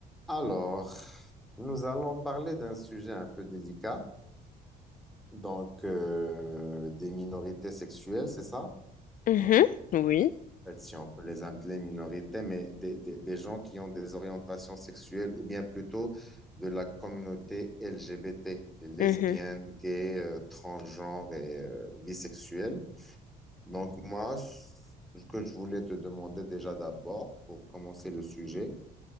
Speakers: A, in the centre; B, on the left.
A: Alors, nous allons parler d'un sujet un peu délicat, donc euh, des minorités sexuelles, c'est ça?
B: Mhm, oui.
A: En fait, si on peut les appeler minorités, mais des, des- des gens qui ont des orientations sexuelles ou bien plutôt de la communauté LGBT, les lesbiennes,
B: mhm.
A: gays, euh, transgenres et euh, bisexuels. Donc moi, ce que je voulais te demander déjà d'abord, pour commencer le sujet,